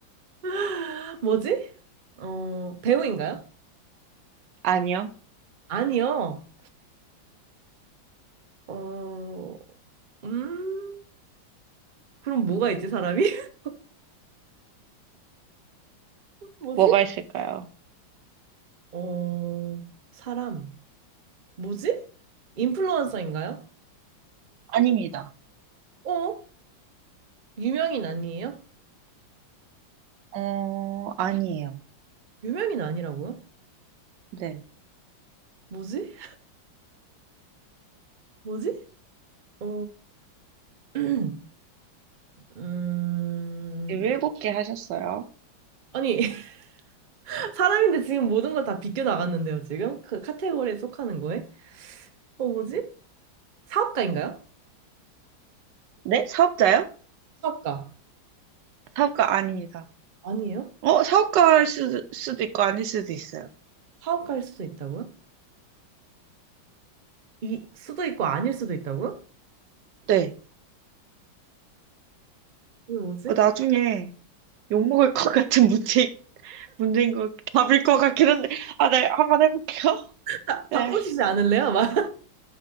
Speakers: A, on the right (about 55°); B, on the right (about 70°).
A: <laughs> 뭐지? 어, 배우인가요?
B: 아니요,
A: 아니요. 어, 음, 그럼 뭐가 있지, 사람이? <laughs> 뭐지?
B: 뭐가 있을까요?
A: 어, 사람. 뭐지? 인플루언서인가요?
B: 아닙니다.
A: 어? 유명인 아니에요?
B: 어, 아니에요.
A: 유명인 아니라고요?
B: 네,
A: 뭐지? 뭐지? 어, <clears throat> 음,
B: 일곱 개 하셨어요.
A: 아니, <laughs> 사람인데 지금 모든 걸 다 비껴나갔는데요, 지금? 그 카테고리에 속하는 거에? 어, 뭐지? 사업가인가요?
B: 네, 사업자요?
A: 사업가.
B: 사업가 아닙니다.
A: 아니에요?
B: 어, 사업가일 수, 수도 있고 아닐 수도 있어요.
A: 사업가일 수도 있다고요? 이, 수도 있고 아닐 수도 있다고요?
B: 네.
A: 이게 뭐지?
B: 어, 나중에 욕먹을 것 같은 <laughs> 문제, 문제인 거 답일 것 같긴 한데, 아, 네, 한번 해볼게요.
A: 아, 바꾸시지
B: 네.
A: 않을래요? 막. <laughs>